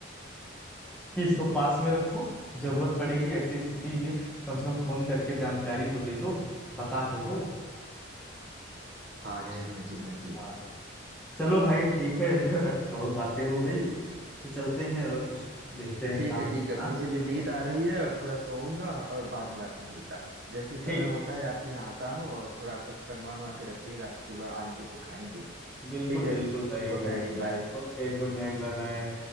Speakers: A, in the centre; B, on the right.
A: कि इसको पास में रखो जरूरत पड़ेगी ऐसी स्थिति में कम से कम फोन करके जानकारी तो दे दो बता तो दो
B: हाँ
A: ए,
B: जी हाँ जी हाँ जी
A: हाँ चलो भाई ठीक है <laughs> अच्छा, बहुत बातें हो गई फिर चलते हैं और कुछ देखते हैं
B: ठीक
A: काम
B: है ठीक
A: अपना
B: है मुझे भी नींद आ रही है और थोड़ा सोऊंगा और बाद में आपसे मिलता हूँ जैसे ही समय
A: ठीक
B: होता है आपके यहाँ आता हूँ और थोड़ा कुछ बनवा बनवा के रखिएगा सुबह आएंगे तो खाएंगे
A: बिल्कुल
B: ठीक है
A: बिल्कुल भाई
B: गुड नाइट
A: आइएगा
B: बाय
A: Okay good night bye bye